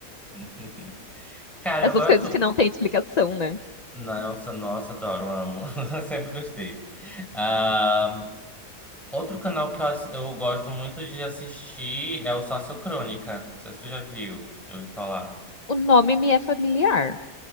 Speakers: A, in the centre; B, on the left.
A: <laughs> Cara,
B: <laughs> essas
A: eu gosto.
B: coisas que não tem explicação, né?
A: Nossa, nossa, adoro, amo. <laughs> Sempre gostei. Ah, outro canal que eu, ass- eu gosto muito de assistir é o Sociocrônica. Não sei se tu já viu, eu ouvi falar.
B: O nome me é familiar.